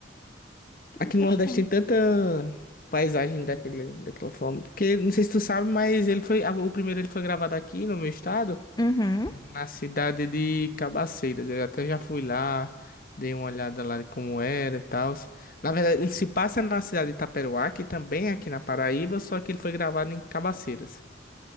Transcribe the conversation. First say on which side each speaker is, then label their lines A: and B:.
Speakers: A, on the left (about 45°); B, on the left (about 20°).
A: Aqui
B: não gostou.
A: no Nordeste tem tanta paisagem daquele, daquela forma. Porque, não sei se tu sabe, mas ele foi. a- O primeiro ele foi gravado aqui no meu estado.
B: Uhum.
A: na cidade de Cabaceiras. Eu até já fui lá, dei uma olhada lá de como era e tal. Na verdade, ele se passa na cidade de Itaperuá, que também é aqui na Paraíba, só que ele foi gravado em Cabaceiras.